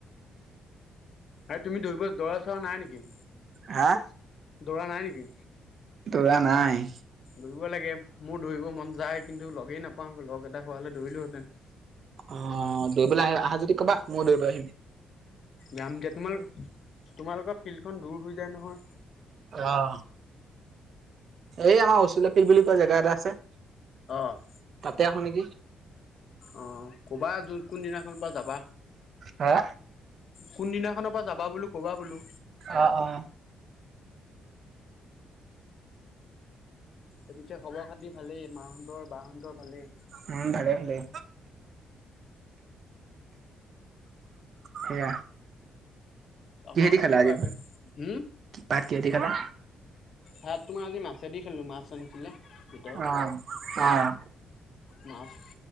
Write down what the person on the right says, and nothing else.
হা?
দৌৰা নাই।
অ', দৌৰিবলৈ আহা-আহা যদি ক'বা। ময়ো দৌৰিব আহিম।
অ'। এই আমাৰ অচুলাপিল বুলি কোৱা জেগা এটা আছে।
তে আহোঁ নেকি!
হা
আ', অ'।
উম', ভালে ভালেই। সেইয়া।
কিহেদি
খালা আজি?
ভাত কিহেদি খালা?
অ', অ'।